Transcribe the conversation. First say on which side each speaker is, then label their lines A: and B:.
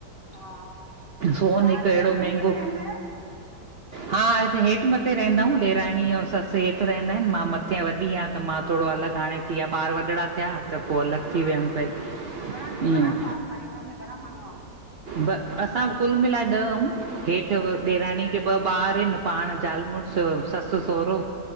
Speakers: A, on the right; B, on the right.
A: हा
B: सोन
A: तव्हां
B: हिकु
A: जॉइंट
B: अहिड़ो
A: फैमिली
B: मेंहगो
A: में रहंदा आहियो
B: हा हिते हेठि मथे रहंदाऊँ, ॾेराणी और ससु हेठि रहंदा आहिनि मां मथे वॾी आं त मां थोड़ो अलॻि
A: अच्छा
B: हाणे थी विया ॿार वॾिड़ा थिया त पो अलॻि थी वियमि पई
A: घणन, घणान
B: ईअं
A: परिवार में घणान माण्हू हाओ?
B: ब असां कुल मिलाए ॾह हूं हेठि
A: अच्छा ॾह
B: ॾेराणी
A: ॼणा
B: खे ॿ ॿार आहिनि पाण जाल मुड़स ससु सहुरो